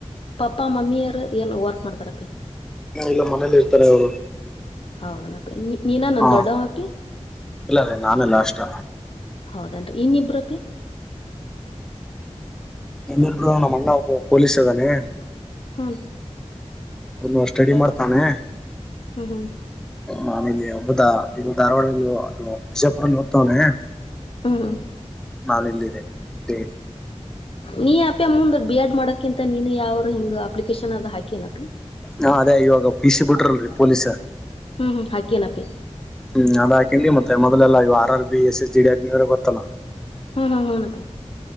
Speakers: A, on the left (about 50°); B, in the centre.
A: ಪಪ್ಪಾ ಮಮ್ಮಿಯರು. ಏನು ವರ್ಕ್ ಮಾಡ್ತಾರಪ್ಪಿ
B: ಇಲ್ಲ ಮನೇಲಿ ಇರ್ತಾರೆ ಅವರು
A: ಹೌದನ ಅಪ್ಪಿ ನೀ ನೀನನ
B: ಹಾ
A: ದೊಡ್ಡವ ಅಪ್ಪಿ.
B: ಇಲ್ಲ ರೀ ನಾನೇ ಲಾಸ್ಟ್
A: ಹೌದೇನಂಡ್ರಿ ಇನ್ನ ಇಬ್ಬರಪ್ಪಿ.
B: ಇನ್ನಿಬ್ರು ನಮ್ಮ ಅಣ್ಣಾ ಒಬ್ಬವ ಪೊಲೀಸ್ ಅದಾನೆ.
A: ಹನ್
B: ಇನ್ನವ ಸ್ಟಡಿ ಮಾಡ್ತಾನೆ.
A: ಹು ಹು
B: ನಾನಿಲ್ಲಿ ಹಬ್ಬುದಾ ಇದು ಧಾರವಾಡಲ್ಲಿ ವಿಜಯಪುರಲ್ಲಿ ಓದ್ತವನೆ.
A: ಹ್ಮ್ ಹ್ಮ್
B: ನಾಳೆ ಇಲ್ಲಿದ್ದೇ ಡೇ.
A: ನೀ ಅಪ್ಪ್ಯಾ ಮುಂದ ಬಿ ಎಡ್ ಮಾಡೋಕಿಂತ ನೀನು ಯಾವ್ರ ಹಿಂಗ ಅಪ್ಲಿಕೇಶನ್ ಅದ ಹಾಕಿನಪ್ಪಿ.
B: ಹಾ ಅದೇ ಇವಾಗ ಪಿಸಿ ಬಿಟ್ರಲಡ್ರಿ ಪೊಲೀಸ್.
A: ಹು ಹು ಹಾಕಿ ನಪ್ಪಿ.
B: ಹು ಅದ ಹಾಕೇನಿ ಮತ್ತ ಮೊದಲೆಲ್ಲಾ R B S S G D Agniveer ಗೊತ್ತಲ್ಲಾ.
A: ಹಾ ಹಾ ಹಾ ಹುನಪ್ಪಿ.